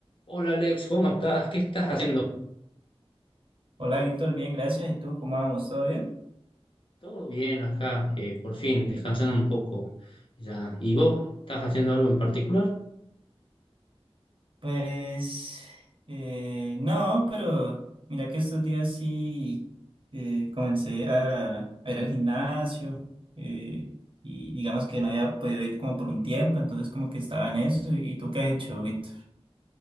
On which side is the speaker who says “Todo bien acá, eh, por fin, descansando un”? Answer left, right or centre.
Left